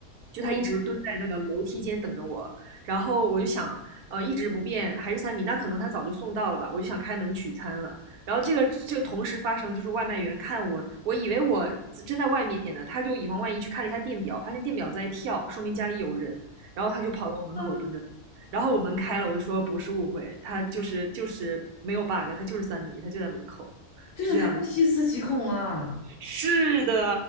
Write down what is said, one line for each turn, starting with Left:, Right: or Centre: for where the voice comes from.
Right: 就他一直蹲在那个楼梯间等着我。
Left: 哇，
Right: 然后我就想，呃，一直不变还是三米，那可能他早就送到了吧？我就想开门取餐了。然后这个这个同时发生，就是外卖员看我，我以为我正在外面呢，他就以防万一去看了一下电表，发现电表在跳，说明家里有人，然后他就跑到我门口蹲着，
Left: 嗯，
Right: 然后我门开了，我就说不是误会，他就是就是没有 bug，他就是三米，他就在门口，
Left: 这也太细思极恐了。
Right: 是这样的，是的，